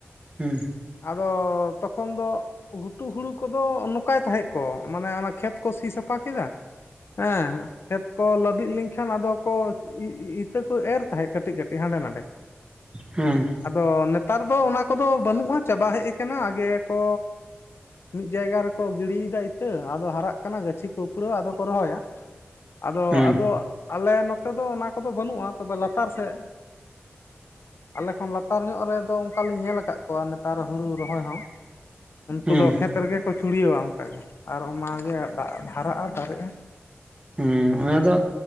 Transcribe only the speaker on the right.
ᱦᱩᱸ
ᱦᱩᱸ
ᱦᱮᱸ
ᱦᱮᱸ
ᱦᱩᱸ ᱚᱱᱟ ᱫᱚ